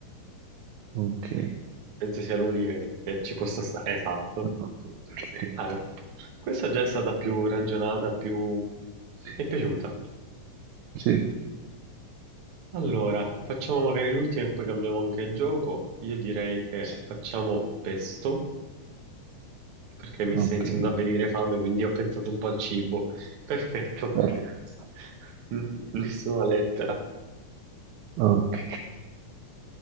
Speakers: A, on the right; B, on the right.
A: Ok,
B: Penso sia l'unica che, che ci possa stare. Esatto.
A: ok, perfetto.
B: Ah, questa già è stata più ragionata, più mi
A: Sì,
B: è piaciuta.
A: sì,
B: Allora, facciamo magari l'ultima e poi cambiamo anche il gioco. Io direi che
A: sì.
B: facciamo pesto. perché mi
A: ok,
B: sta iniziando a venire fame, quindi ho pensato un po' al cibo. Perfetto.
A: perfetto.
B: <laughs> Nessuna lettera.
A: Ok.